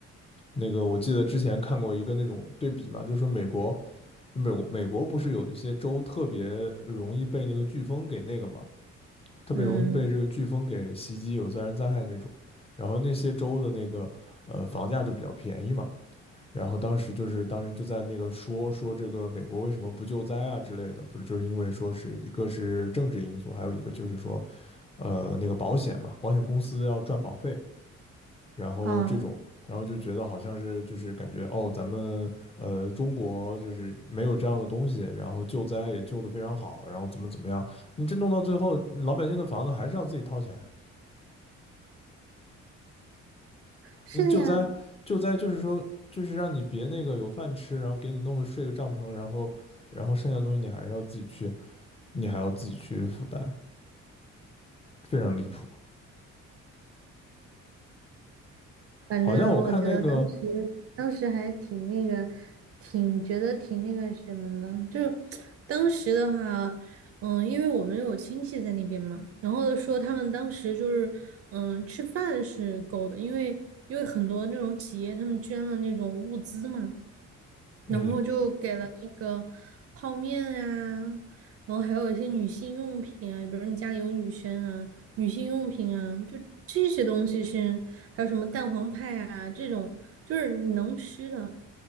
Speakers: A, on the left (about 20°); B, on the right (about 50°).
A: 那个我记得之前看过一个那种对比嘛，就是说美国，就美国美国不是有一些州特别容易被那个飓风给那个嘛。特别容易被这个飓风给袭击，
B: 嗯，
A: 有自然灾害那种。然后那些州的那个呃房价就比较便宜嘛。然后当时就是当时就在那个说说这个美国为什么不救灾啊之类的，不是就是因为说是一个是政治因素，还有一个就是说，呃那个保险嘛，保险公司要赚保费，然后这种，
B: 啊，
A: 然后就觉得好像是就是感觉哦，咱们呃中国就是没有这样的东西，然后救灾也救得非常好，然后怎么怎么样，你这弄到最后，老百姓的房子还是要自己掏钱。
B: 是的呀，
A: 你救灾救灾就是说就是让你别那个有饭吃，然后给你弄个睡个帐篷，然后然后剩下的东西你还是要自己去，你还要自己去负担，非常离谱。
B: 反正我觉得当时当时还挺那个，
A: 好像我看那个。
B: 挺觉得挺那个什么呢？就是当时的话，嗯，因为我们有亲戚在那边嘛，然后说他们当时就是嗯吃饭是够的，因为因为很多那种企业他们捐了那种物资嘛，
A: 嗯，
B: 然后就给了那个泡面啊，然后还有一些女性用品啊，比如你家里有女生啊，女性用品啊，就这些东西是，还有什么蛋黄派啊这种，就是你能吃的。